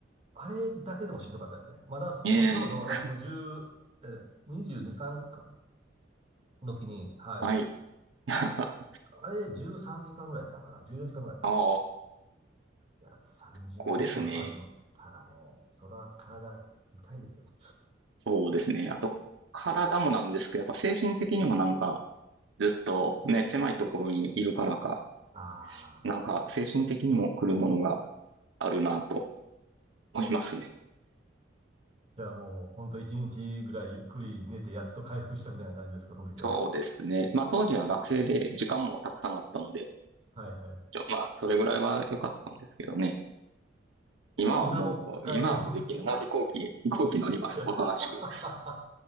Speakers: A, on the right; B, on the right.
A: あれだけでもしんどかったですね。まだそ、
B: ええ
A: まあ、それこそ私も10、え、22、3の時に、はい。
B: はい。<laughs> あ
A: あれで13時間ぐらいやったんかな。14時間ぐらいやったか
B: あ
A: な。いや、30時間バス乗ったらね、
B: こうですね。
A: それは体痛いですよね。
B: そうですね。あと、体もなんですけど、やっぱ精神的にもなんか、ずっとね、狭いところにいるからか、
A: ああ。
B: なんか精神的にも来るものがあるなと。思いますね。
A: じゃあもう、ほんと1日ぐらいゆっくり寝てやっと回復したみたいな感じですか、その時は。
B: そうですね。まあ当時は学生で時間もたくさんあったので、
A: はいはい。
B: ちょ、まあそれぐらいは良かったんですけどね。今はもう、
A: 今もう一回同じく
B: 今はもうできない。もう飛行機、飛行機乗ります。
A: <laughs> あ
B: おとなしく。